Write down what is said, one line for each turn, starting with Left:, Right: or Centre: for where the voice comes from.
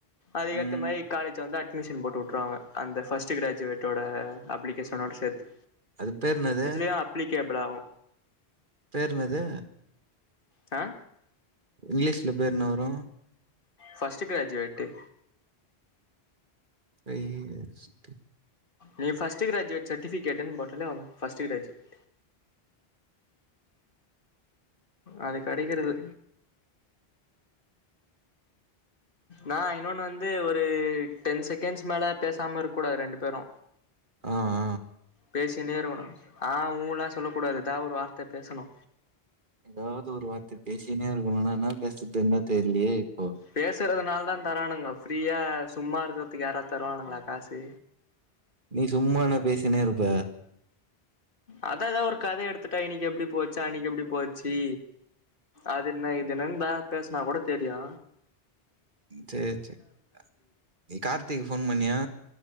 Left: அதுக்கேத்த
Right: ம்
Left: மாரி காலேஜ் வந்து அட்மிஷன் போட்டு வுட்ருவாங்க அந்த ஃபர்ஸ்ட்டு கிராஜுவேட்டோட அப்ளிகேஷனோட சேத்து
Right: அது பேரு என்னது
Left: தா அப்ளிகேபுல் ஆகு
Right: பேர் என்னது
Left: அ
Right: இங்லீஷ்ல பேர் என்னா வரு
Left: ஃபர்ஸ்ட்டு கிராஜுவேட்டு்
Right: ஐய்யய்ய <inaudible>
Left: நீ ஃபர்ஸ்ட்டு கிராஜுவேட் சட்டுஃபிகெட்னு போட்டாலே <unintelligible> ஃபர்ஸ்ட்டு கிராஜுவேட் அது கெடைக்கிறது நா இன்னொன்னு வந்து ஒரு டென் செகெண்ட்ஸ் மேல பேசாம இருக் கூடாது ரெண்டு பேரொ
Right: ஆ ஆ
Left: பேசினே இருகனு ஆ ஊல்லா சொல்லக் கூடாது எதா ஒரு வார்த்த பேசனு
Right: எதாவ்து ஒரு வார்த்த பேசின்னே இருக்கணுனா என்னா பேசுதுன்தா தெர்லியே இப்போ
Left: பேசுறதுனால தா தரானுங்கோ ஃப்ரீயா சும்மா இருக்குறதுக்கு யாராது தருவானுங்ளா காசு
Right: நீ சும்மான்னா பேசினே இருப்ப
Left: அதா எதா ஒரு கத எடுத்துட்டா இன்னக்கி எப்டி போச்சு அன்னக்கி எப்டி போச்சி அதென்ன இதென்னன்னு தா பேசுனா கூட தெரியொ
Right: சேரி சேர் நீ கார்த்திக்கு ஃபோன் பண்ணியா